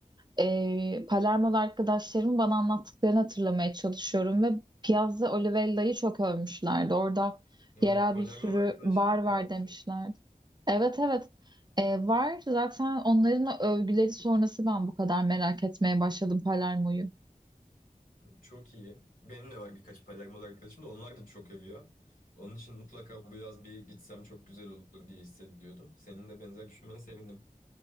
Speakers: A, on the right; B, on the left.
A: e, Palermo'lu arkadaşlarımın bana anlattıklarını hatırlamaya çalışıyorum ve Piazza Olivella'yı çok övmüşlerdi. Orada
B: Aa,
A: yerel
B: Polyanmalı
A: bir sürü
B: arkadaşların
A: bar var
B: mı vardı
A: demişlerdi. Evet evet E, var zaten onların övgüleri sonrası ben bu kadar merak etmeye başladım Palermo'yu.
B: Çok iyi. Benim de var birkaç Palermo'lu arkadaşım da onlar da çok övüyor. Onun için mutlaka bu yaz bir gitsem çok güzel olur diye hissediyordum. Senin de benzer düşünmene sevindim.